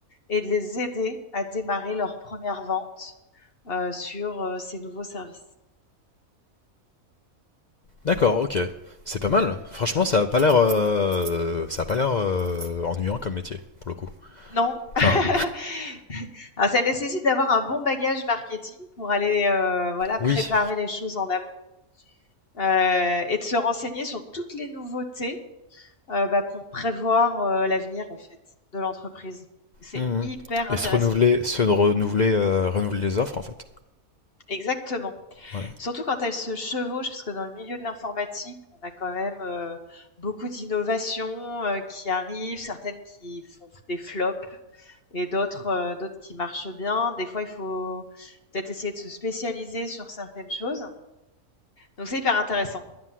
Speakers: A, on the left (about 45°); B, on the left (about 80°).
A: et de les aider à démarrer leur première vente euh, sur euh, ces nouveaux services.
B: D'accord, ok. C'est pas mal. Franchement, ça a pas l'air, euh, ça a pas l'air euh, ennuyant comme métier, pour le coup.
A: Non. <laughs>
B: Enfin,
A: Alors, ça nécessite d'avoir un bon bagage marketing pour aller euh, voilà, préparer
B: oui.
A: les choses en amont euh, et de se renseigner sur toutes les nouveautés euh, bah, pour prévoir euh, l'avenir en fait de l'entreprise. C'est
B: Mhm.
A: hyper
B: Et
A: intéressant.
B: se renouveler, se renouveler, euh, renouveler les offres, en fait.
A: Exactement.
B: Ouais.
A: Surtout quand elles se chevauchent, parce que dans le milieu de l'informatique, on a quand même euh, beaucoup d'innovations euh, qui arrivent, certaines qui font des flops et d'autres euh, d'autres qui marchent bien. Des fois, il faut peut-être essayer de se spécialiser sur certaines choses. Donc c'est hyper intéressant.